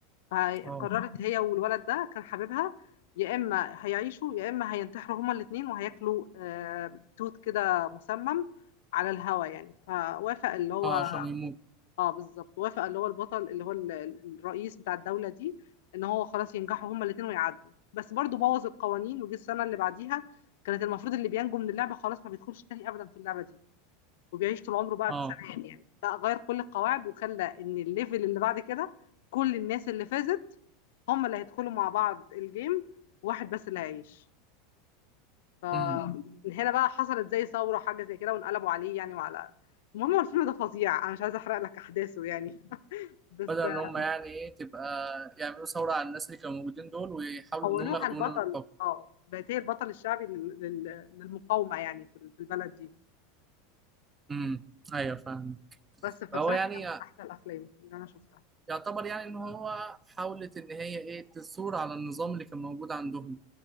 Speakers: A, on the left; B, on the right.
A: هي-
B: اه
A: قررت هي والولد ده كان حبيبها يا اما هيعيشوا يا اما هينتحروا هما الاثنين وهياكلوا آه، توت كده مسمم على الهوا يعني فوافق اللي هو
B: اه عشان يموت
A: اه بالظبط وافق اللي هو البطل اللي هو ال- ال- الرئيس بتاع الدولة دي ان هو خلاص ينجحوا هما الاثنين ويعدوا بس برضو بوظ القوانين وجه السنة اللي بعديها كانت المفروض اللي بينجو من اللعبة خلاص ما بيدخلش تاني ابدا في اللعبة دي وبيعيش طول عمره بقى
B: اه
A: في سلام يعني لا غير كل القواعد وخلى ان الليفل اللي بعد كده كل الناس اللي فازت هم اللي هيدخلوا مع بعض الجيم واحد بس اللي هيعيش فمن
B: امم
A: هنا بقى حصلت زي ثورة حاجة زي كده وانقلبوا عليه يعني وعلى المهم هو الفيلم ده فظيع انا مش عايزة احرق لك احداثه يعني <laughs> بس
B: بدل إن
A: آه،
B: هم يعني إيه تبقى يعملوا ثورة على الناس اللي كانوا موجودين دول ويحاولوا
A: حولوها
B: إن هم ياخدوا
A: البطل
B: منهم الحكم
A: اه بقت هي البطل الشعبي لل- لل- للمقاومة يعني في في البلد دي
B: امم أيوة فاهم
A: بس فبصراحة
B: فهو يعني
A: كان من احلى الافلام اللي انا شفتها
B: يعتبر يعني إن هو حاولت إن هي إيه تثور على النظام اللي كان موجود عندهم